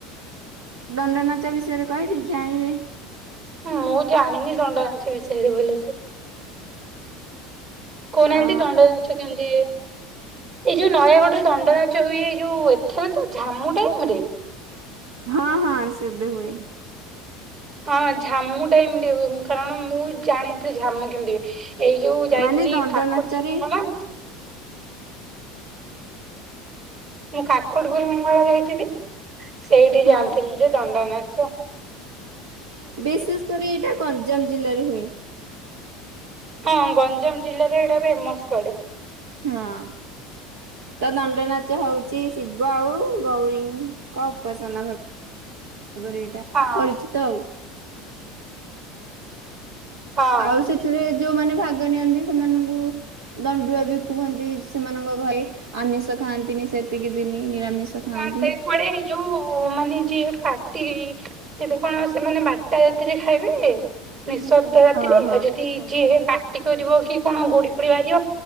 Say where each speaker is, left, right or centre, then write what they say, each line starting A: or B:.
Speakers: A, on the right (about 75°); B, on the right (about 50°).
A: ଦଣ୍ଡ ନାଚ ବିଷୟରେ କହିବି, ଜାଣିବେ।
B: ମୁଁ ଜାଣିନି ଦଣ୍ଡନାଚ ବିଷୟରେ ଭଲସେ। କହୁନାହାନ୍ତି
A: ଅ
B: ଦଣ୍ଡନାଚ କେମିତି? ଏଇ ଯଉ ନୟାଗଡରେ ଦଣ୍ଡ ନାଚ ହୁଏ, ଏଇ ଯଉ ଏଥର ତ, ଝାମୁ ଟାଇମ୍ ରେ
A: ହଁ ହଁ, ସେବେ ହୁଏ।
B: ହଁ, ଝାମୁ ଟାଇମ୍ ରେ ହୁଏ, ମୁଁ -କାରଣ ମୁଁ ଜାଣିିନଥିଲି ଝାମୁ କେମିତି ହୁଏ? ଏଇ ଯଉ ଯାଇଥିଲି,
A: ମାନେ ଦଣ୍ଡ
B: କାକଟପୁର
A: ନାଚରେ
B: ମଙ୍ଗଳା ମୁଁ କାକଟପୁର୍ ମଙ୍ଗଳା ଯାଇଥିଲି ସେଇଠି ଜାଣିଥିଲି
A: ହଁ
B: ଯେ ଦଣ୍ଡନାଚ
A: ବିଶେଷ କରି ଏଇଟା ଗଞ୍ଜାମ ଜିଲ୍ଲାରେ ହୁଏ।
B: ହଁ ଗଞ୍ଜାମ ଜିଲ୍ଲାରେ ହେଇଟା ଫେମସ୍ କୁଆଡେ।
A: ହଁ। ତ ଦଣ୍ଡନାଚ ହଉଚି ଶିବ ଆଉ ଗୌରୀଙ୍କ ଉପାସନା ଭାବେ। ତାପରେ ଏଇଟା
B: ହଁ
A: ପରିଚିତ ଆଉ।
B: ହଁ।
A: ଆଉ ସେଥିରେ ଯଉମାନେ ଭାଗ ନିଅନ୍ତି ସେମାନଙ୍କୁ ଦଣ୍ଡୁଆ ବି କୁହନ୍ତି ସେମାନଙ୍କ ଘରେ। ଆମିଷ ଖାଆନ୍ତିନି ସେତିକି ଦିନି। ନିରାମିଷ ଖାଆନ୍ତି।
B: ହଁ ସେ କୁଆଡେ ହେ ଯଉ ମାନେ ଯିଏ ପାଟି ତେବେ କଣ ସେମାନେ ବାରଟା ରାତିରେ ଖାଇବେ, ନିଃଶବ୍ଦ ରାତିରେ
A: ହଁ ହଁ
B: ଆଉ ଯଦି ଯିଏ ପା ଟି କରିବ କି କଣ ଗୋଡି ଫୋଡି ବାହାରିବ